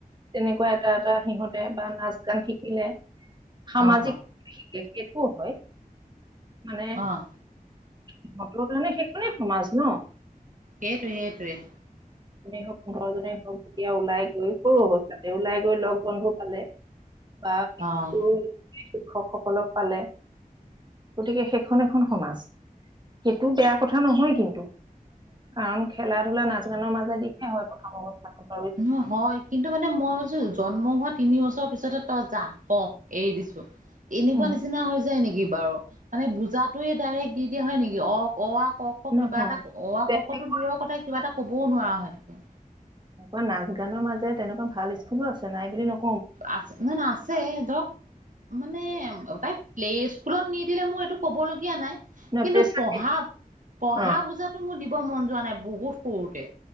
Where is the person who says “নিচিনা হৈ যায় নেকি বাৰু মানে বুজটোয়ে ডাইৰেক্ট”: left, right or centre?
Right